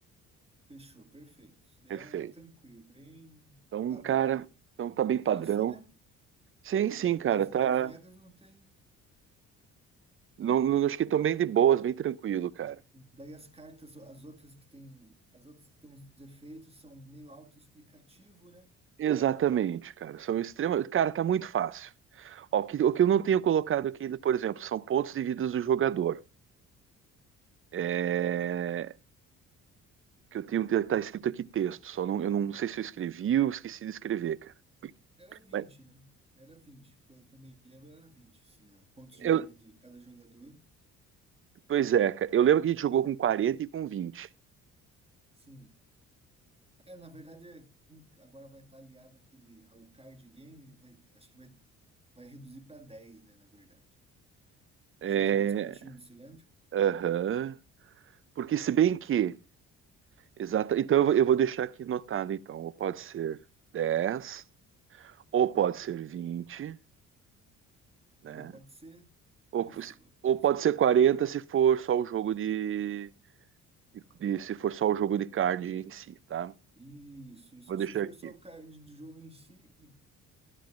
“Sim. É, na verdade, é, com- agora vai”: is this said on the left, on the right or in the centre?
Right